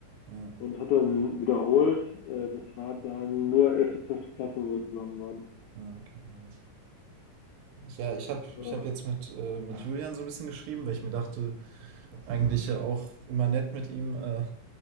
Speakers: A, on the right; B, on the left.
A: Ja.
B: und hat dann wiederholt. Äh, das war dann nur 11. zwölfte Klasse, wo wir zusammen waren.
A: Ja, okay, nice. Ja, ich habe
B: Ja.
A: ich hab jetzt mit, äh, mit Julian so ein bisschen geschrieben, weil ich mir dachte, eigentlich ja auch immer nett mit ihm. Äh,